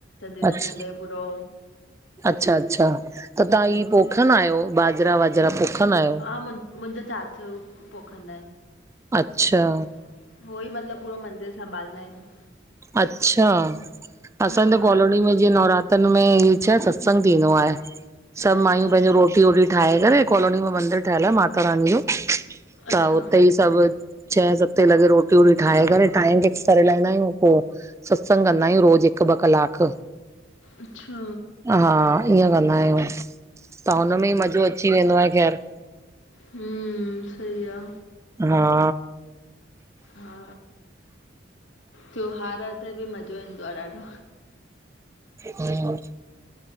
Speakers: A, on the left; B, on the right.
A: नचंदे
B: अच्छा
A: पूरो,
B: अच्छा अच्छा त तव्हां
A: हम्म
B: ई पोखन
A: हित-
B: आहियो बाजरा वाजरा पोखन आहियो।
A: आ मु मुंजो चाचो पोखंदा आहिनि।
B: अच्छा
A: उहो ई मतिलब पूरो मंदर संभालंदा आहिनि।
B: अच्छा असां
A: हा
B: त कॉलोनी में ऐ नवरात्रनि में छा सत्संग थींदो आहे सभु
A: अच्छा
B: मायूं पंहिंजो रोटी वोटी ठाहे करे कॉलोनी में मंदर ठहल आ माता रानी जो
A: अच्छा
B: त उते ई सभु छह सते लॻे रोटी वोटी ठाहे करे टाइम फिक्स करे लाईंदा आयूं। पोइ सत्संग कंदा आयूं रोज़ हिकु ॿ कलाक
A: अच्छा
B: हा ईअं कंदा आयूं त हुनमें ई मज़ो अची वेंदो आहे ख़ैर।
A: हूं, सई आ।
B: हा।
A: हा त्योहार ते बि मज़ो ईंदो आ ॾाढो,
B: हूं,